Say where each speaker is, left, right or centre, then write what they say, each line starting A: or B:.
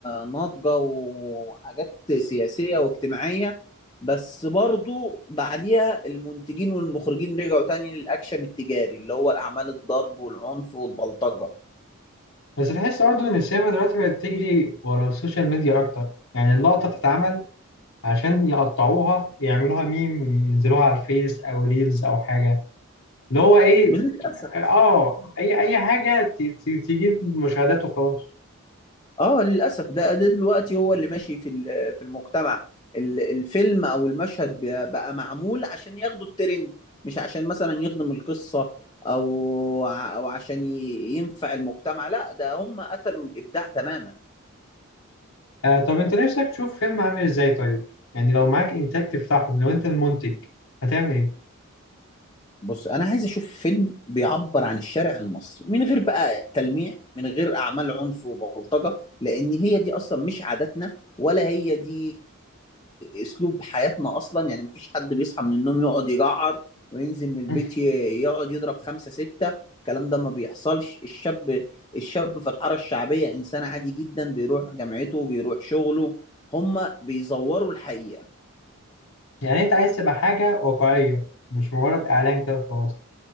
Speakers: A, on the left; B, on the left.
A: ناضجة وحاجات سياسية واجتماعية بس برضو بعديها المنتجين والمخرجين رجعوا تاني للأكشن التجاري اللي هو الأعمال الضرب والعنف والبلطجة
B: بس تحس برضه ان السينما دلوقتي بقت تجري ورا السوشيال ميديا اكتر يعني اللقطة بتتعمل عشان يقطعوها يعملوها ميم وينزلوها على الفيس او ريلز او حاجه اللي هو ايه
A: للأسف
B: اه اي اي حاجه ت- ت- تجيب مشاهدات وخلاص
A: اه للاسف ده ده دلوقتي هو اللي ماشي في ال- في المجتمع ال- الفيلم او المشهد ب- بقى معمول عشان ياخدوا الترند مش عشان مثلا يخدم القصة او ع- او عشان ي- ينفع المجتمع لا ده هم قتلوا الابداع تماما
B: آه طب انت نفسك تشوف فيلم عامل ازاي طيب يعني لو معاك انتاج تفتحه لو انت المنتج هتعمل ايه
A: بص انا عايز اشوف فيلم بيعبر عن الشارع المصري من غير بقى تلميع من غير اعمال عنف وبلطجه لان هي دي اصلا مش عاداتنا ولا هي دي اسلوب حياتنا اصلا يعني مفيش حد بيصحى من النوم يقعد يجعر وينزل من البيت
B: <laughs>
A: ي- يقعد يضرب خمسة ستة الكلام ده ما بيحصلش الشاب الشاب في الحاره الشعبيه انسان عادي جدا بيروح جامعته بيروح شغله هما بيزوروا الحقيقه
B: يعني انت عايز تبقى حاجه واقعيه مش مجرد اعلان كده خلاص